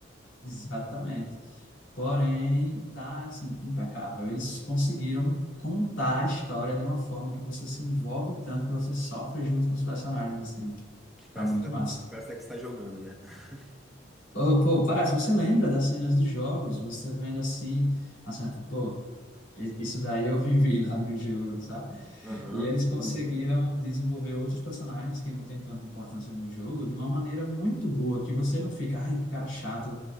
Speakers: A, on the left; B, in the centre.
A: Exatamente. Porém, tá assim, impecável. Eles conseguiram contar a história de uma forma que você se envolve tanto que você sofre junto com os personagens, assim.
B: Que parece
A: Tá muito
B: que tá,
A: massa.
B: parece que você tá jogando, né? <laughs>
A: Ô, pô, parece, você lembra das cenas dos jogos? Você vendo assim, a cena, tipo, pô, i- isso daí eu vivi lá no jogo, sabe?
B: Aham.
A: E eles conseguiram desenvolver outros personagens que não têm tanta importância no jogo de uma maneira muito boa, que você não fica, ai, que cara chato,